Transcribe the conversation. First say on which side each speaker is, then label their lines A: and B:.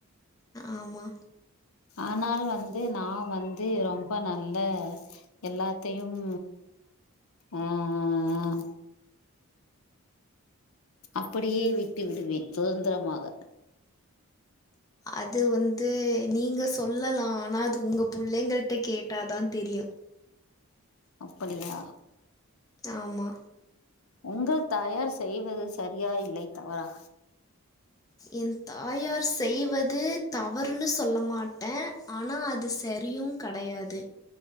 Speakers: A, on the left; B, on the left.
A: ஆமா
B: ஆனாலு வந்து நா வந்து ரொம்ப நல்ல எல்லாத்தையும் ஆ ஆ அப்பிடியே விட்டு விடுவேன் சுதந்திரமாக
A: அது வந்து நீங்க சொல்லலா ஆனா அது உங்க புள்ளைங்கிட்ட கேட்டாதா தெரியு
B: அப்படியா
A: ஆமா
B: உங்கள் தயார் செய்வது சரியா இல்லை தவறா
A: என் தாயார் செய்வது தவறுன்னு சொல்ல மாட்டே ஆனால் அது சரியு கடையாது